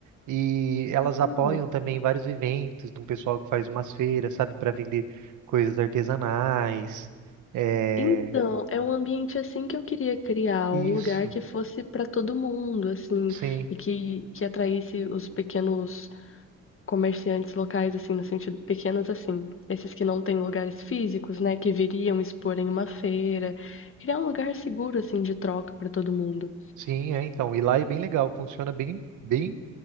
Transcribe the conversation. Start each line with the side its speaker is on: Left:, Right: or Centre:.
Right: E elas
Left: Hum,
Right: apoiam também vários eventos, de um pessoal que faz umas feiras, sabe, para vender coisas artesanais. É...
Left: Então, é um ambiente assim que eu queria criar, um lugar
Right: Isso,
Left: que fosse para todo mundo, assim,
Right: sim.
Left: e que, que atraísse os pequenos comerciantes locais, assim, no sentido, pequenos assim, esses que não têm lugares físicos, né, que viriam expor em uma feira, criar um lugar seguro, assim, de troca para todo mundo.
Right: Sim, é, então. E lá é bem legal, funciona bem, bem.